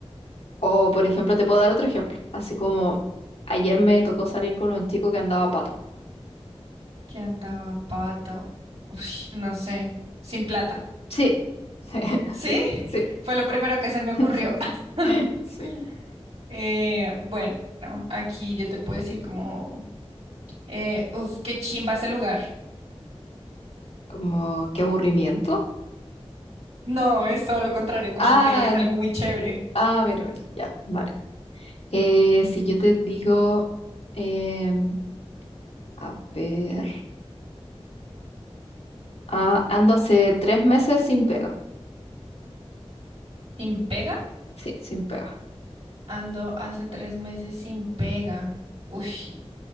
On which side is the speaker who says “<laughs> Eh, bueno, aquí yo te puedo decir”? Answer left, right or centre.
Right